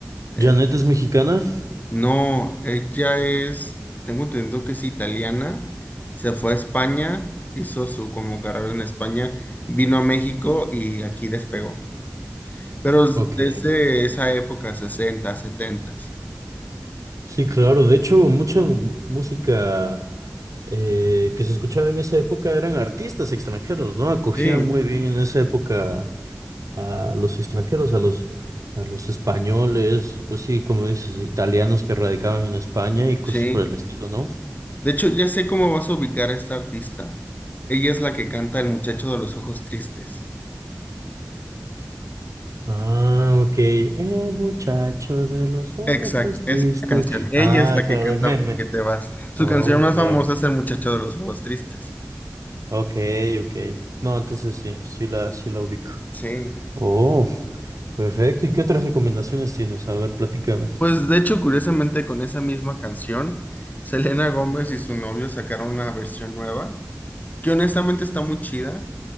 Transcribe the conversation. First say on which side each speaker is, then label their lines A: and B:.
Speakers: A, on the left (about 30°); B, on the right (about 80°).
A: Eh,
B: ¿Janet es mexicana?
A: no, ella es, tengo entendido que es italiana, se fue a España, hizo su como carrera en España, vino a México y aquí despegó. Pero es
B: Ok.
A: desde esa época, 60, 70.
B: Sí, claro. De hecho, mucha música. eh, que se escuchaba en esa época eran artistas extranjeros, ¿no? Acogían
A: Sí,
B: muy bien en esa época a los extranjeros, a los, a los españoles, pues sí, como dices, italianos que radicaban en España y cosas
A: sí.
B: por el estilo, ¿no?
A: De hecho, ya sé cómo vas a ubicar a esta artista. Ella es la que canta El muchacho de los ojos tristes.
B: Ah, ok. El muchacho de los ojos
A: Exacto,
B: tristes.
A: esa canción. Ella
B: Ah,
A: es la
B: claro,
A: que canta
B: el meme.
A: ¿Por qué te vas? Su
B: Oh,
A: canción más
B: claro.
A: famosa es El muchacho de los ojos tristes.
B: Ok, ok. No, entonces sí, sí la, sí la ubico.
A: Sí.
B: Oh, perfecto. ¿Y qué otras recomendaciones tienes? A ver, platícame.
A: Pues de hecho, curiosamente, con esa misma canción, Selena Gómez y su novio sacaron una versión nueva, que honestamente está muy chida.